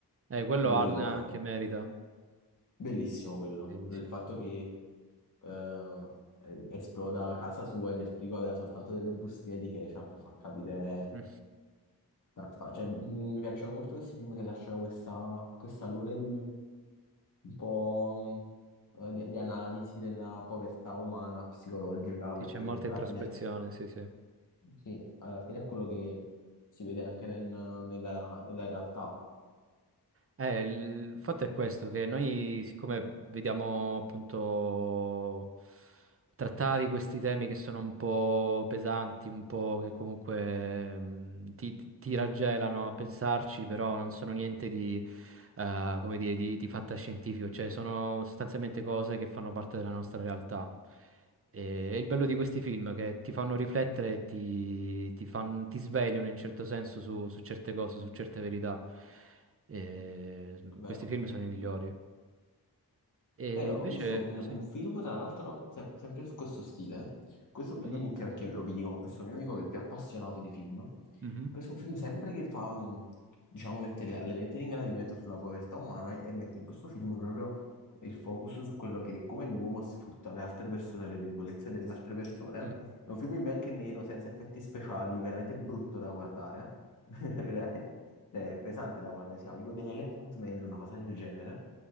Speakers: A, on the right (about 35°); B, on the left (about 50°).
A: Eh, quello
B: Pure
A: ha-
B: quello,
A: anche merita.
B: bellissimo quello,
A: Sì,
B: il
A: sì,
B: fatto
A: sì.
B: che eh, eh, esploda casa sua e nel frigo aveva soltanto delle bustine di ketchup, fa capire...
A: Mm.
B: no, fa- cioè, m- mi piacciono molto questi film che lasciano questa, questa luna di un po' mh, eh, di, di analisi della povertà umana, psicologica,
A: Sì,
B: perché
A: c'è molta
B: alla
A: introspezione,
B: fine,
A: sì, sì.
B: sì, alla fine è quello che si vede anche nel- nella nella realtà
A: Eh, il fatto è questo, che noi siccome vediamo appunto trattati questi temi che sono un po' pesanti, un po' che comunque mm, ti, ti- ti raggelano a pensarci, però non sono niente di, eh, come dire, di, di fantascientifico, cioè sono sostanzialmente cose che fanno parte della nostra realtà. E, e il bello di questi film è che ti fanno riflettere e ti, ti fan- ti svegliano in certo senso su su certe cose, su certe verità. E, mm,
B: Vero.
A: questi film sono i migliori. E
B: Vero,
A: invece,
B: ho visto un,
A: sì,
B: un film, tra l'altro, se- sempre su questo stile, questo più
A: vero?
B: di nicchia perché lo vedi con questo mio amico che è più appassionato di film.
A: Mhm.
B: Questo è un film sempre che fa, mh, diciamo, mette le, le lenti di ingrandimento sulla povertà umana e, e mette in questo film proprio il focus su quello che è come l'uomo sfrutta le altre persone, le debolezze delle altre persone.
A: Mm.
B: È un film in bianco e nero, senza effetti speciali, veramente brutto da guardare. <laughs> Ed è pesante da guardare, si chiama tipo The Elephant Man, una cosa del genere.